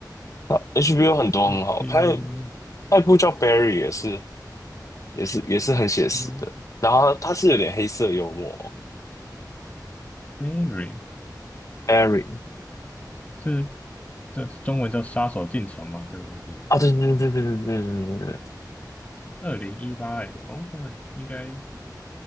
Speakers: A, on the left; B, on the left.
A: 啊 HBO 很多很好，
B: HBO
A: 还有还有一部叫《Barry》也是也是也是很写实的，
B: 嗯
A: 然后它是有点黑色幽默，
B: Mary
A: 《Barry》
B: 是这中文叫《杀手进城》吗？这个东西，
A: 啊，对对对对对对对对对，
B: 二零一八哎，哦，这个应该